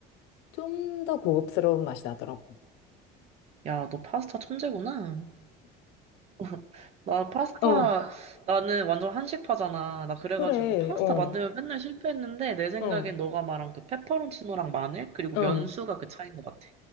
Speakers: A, on the left (about 70°); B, on the right (about 35°).
A: 좀 더 고급스러운 맛이 나더라고.
B: 야, 너 파스타 천재구나. <laughs> 나 파스타,
A: 어,
B: 나는 완전 한식파잖아. 나 그래가지고
A: 그래,
B: 파스타
A: 어,
B: 만들면 맨날 실패했는데, 내 생각엔
A: 응,
B: 너가 말한 그 페퍼론치노랑 마늘, 그리고
A: 응.
B: 면수가 그 차이인 것 같아.